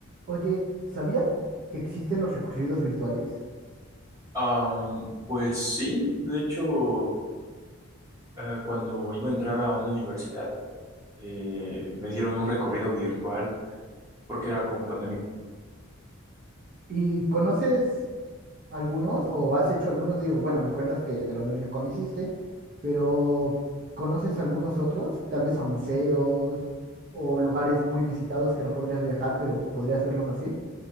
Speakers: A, on the right; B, on the right.
A: Oye, ¿sabías que existen los recorridos virtuales?
B: Am, pues sí, de hecho, eh, cuando iba a entrar a una universidad, eh, me dieron un recorrido virtual porque era como pandemia.
A: ¿Y conoces algunos o has hecho algunos? Digo, bueno, me cuentas que de la universidad con hiciste, pero ¿conoces algunos otros? Tal vez a museos o lugares muy visitados que no podrías viajar, pero podrías verlos así.